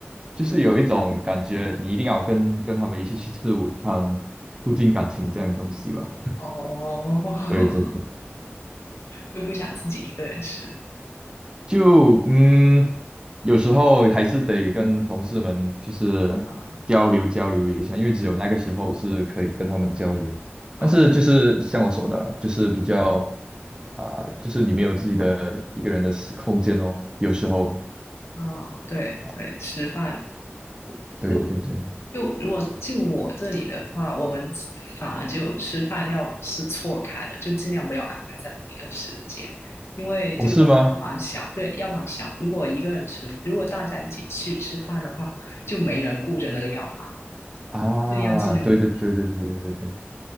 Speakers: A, on the right; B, on the left.
A: 就是有一种感觉，你一定要跟跟他们一起去吃午餐，促进感情这样的东西吧。
B: 哦，<laughs>
A: 对对对
B: 就不想自己一个人吃
A: 就嗯，有时候还是得跟同事们就是交流交流一下，
B: 啊。
A: 因为只有那个时候是可以跟他们交流。
B: 对，
A: 但是就是像我说的了，
B: 哦
A: 就是比较啊、就是你没有自己的一个人的私空间哦，有时候。
B: 嗯对对，
A: 啊
B: 吃饭
A: 对对对，
B: 就就如果就我这里的话，我们反而就吃饭要是错开了，就尽量不要安排在同一个时间，因为就我们药房小，
A: 哦是吗？
B: 对，药房小，如果一个人吃，如果大家一起去吃饭的话，就没人顾着那个药房，
A: 啊，
B: 所以要尽量分。
A: 对对对对对对对对，